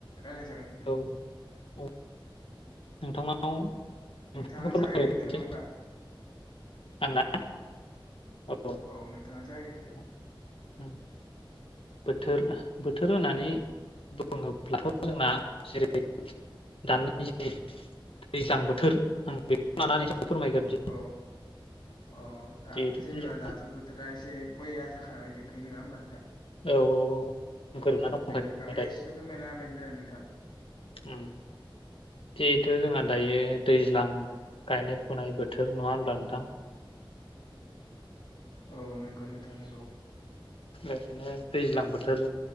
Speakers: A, on the left; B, on the left.
A: रायलाय जागोन।
B: औ। औ नोंथांनाव नोंथांखौ
A: नोंथाङा
B: फोरमायो
A: जागायग्रोदो नामा होमबा
B: आंना औ।
A: औ नोंथाङा जाहैग्रोदो
B: ओ बोथोर बोथोर होननानै बुुङोब्लाथ' जोंना जेरै दानि ज दैज्लां बोथोर आं बेखौ लानानैसो फोरमायग्रोनोसै।
A: औ औ दा
B: जिहेथु
A: जेनेबा
B: जों
A: दाथ' दा एसे बैया जाखांबाय दंखायो नङा होमबा नोंथां।
B: औ औ गोरोबना दंखायो
A: बेनि बागै एसे फोरमायना हाबानो जाबाय नोंथाङा।
B: ओम जिहेथु जोंहा दायो दैज्लां गायनाय फुनाय बोथोर नङा होनबा नोंथां।
A: औ नंगौ नोंथां नंगौ।
B: ओरैनो दैज्लां बोथोर